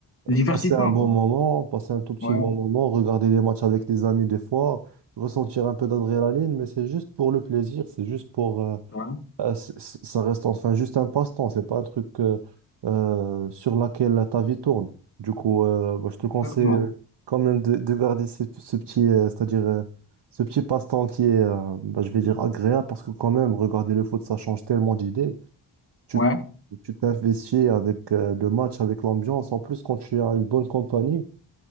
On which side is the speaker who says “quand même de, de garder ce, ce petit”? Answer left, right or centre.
Right